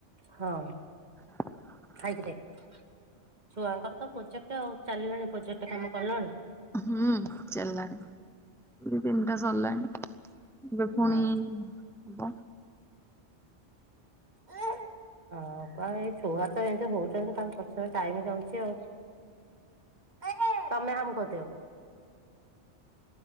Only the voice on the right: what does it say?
ହଁ।
ଛୁଆଙ୍କର ତ ପ୍ରୋଜେକ୍ଟ। ଆଉ ଚାଲିଲାଣି ପ୍ରୋଜେକ୍ଟ କାମ କଲଣି?
ହଁ।
<inaudible> ହଁ, କୁଆଡେ ଏଇ ଛୁଆ ତ ଏମତି ହଉଛନ୍ତି, ତାଙ୍କ ପଛରେ ଟାଇମ ଯାଉଛି। ଆଉ ହଇରେ ତମେ ହାମୁ କରିଦିଅ।